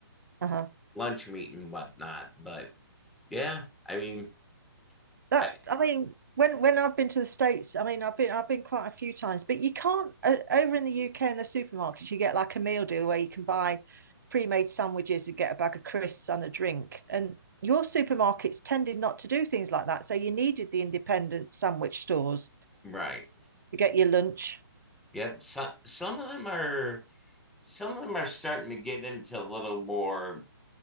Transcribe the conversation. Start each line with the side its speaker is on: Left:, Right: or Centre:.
Right: Uh huh.
Centre: lunch meat and whatnot. But yeah, I mean,
Right: that
Centre: I,
Right: I mean, when when I've been to the states, I mean, I've been I've been quite a few times, but you can't uh, over in the UK in the supermarkets, you get like a meal deal where you can buy pre-made sandwiches and get a bag of crisps and a drink. And your supermarkets tended not to do things like that, so you needed the independent sandwich stores
Centre: right?
Right: to get your lunch.
Centre: Yep. Some some of them are some of them are starting to get into a little more